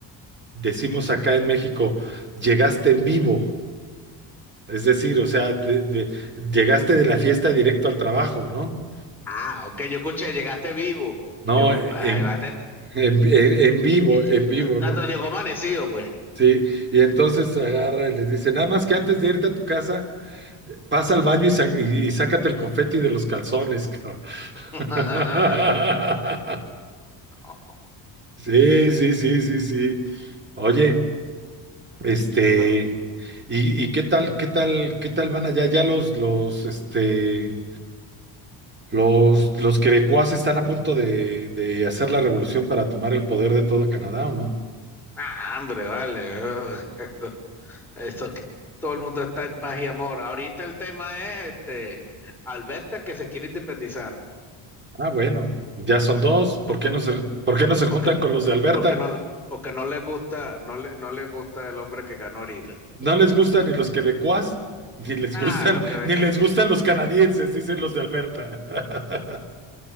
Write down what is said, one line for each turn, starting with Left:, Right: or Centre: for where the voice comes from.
Right: decimos acá en México, llegaste en vivo. Es decir, o sea, te- de- llegaste de la fiesta directo al trabajo, ¿no?
Centre: Ah, ok, yo escuché, llegaste vivo.
Right: No,
Centre: Y yo,
Right: en,
Centre: ah, llegaste.
Right: en en- en vivo,
Centre: ay,
Right: en vivo,
Centre: ah,
Right: ¿no?
Centre: te llegó amanecido, pues.
Right: Sí, y entonces agarra y les dice, nada más que antes de irte a tu casa, pasa al baño y, sa- y- y sácate el confeti de los calzones, cabrón.
Centre: <laughs>
Right: <laughs>
Centre: No,
Right: Sí, sí, sí, sí, sí. Oye, este,
Centre: esto-
Right: ¿y, y qué tal, qué tal, qué tal van allá? Ya los, los, este, los, los quebecuas están a punto de, de hacer la revolución para tomar el poder de todo Canadá, ¿o no?
Centre: ah, hambre, vale. <laughs> Eso que todo el mundo está en paz y amor. Ahorita el tema es este Alberta que se quiere independizar
Right: Ah, bueno, ya son dos. ¿Por
Centre: porque
Right: qué no
Centre: no,
Right: se, por qué no se
Centre: porque,
Right: juntan con los de Alberta?
Centre: porque no, porque no le gusta, no le, no le gusta el hombre que ganó ahorita.
Right: No les gustan ni los quebecuas, ni les
Centre: Ah,
Right: gustan,
Centre: lo que venga.
Right: ni les gustan los canadienses, dicen los de Alberta. <laughs>